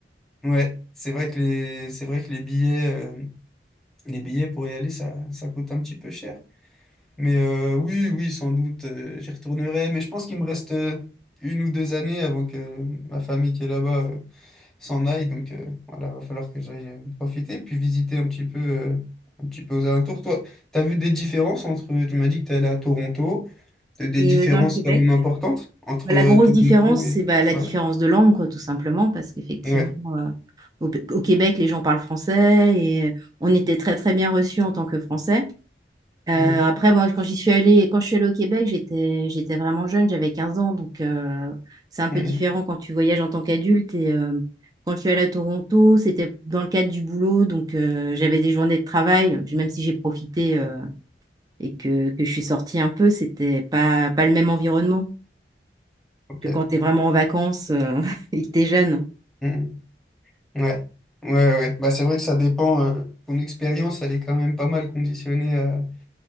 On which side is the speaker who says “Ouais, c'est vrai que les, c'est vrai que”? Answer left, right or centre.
Centre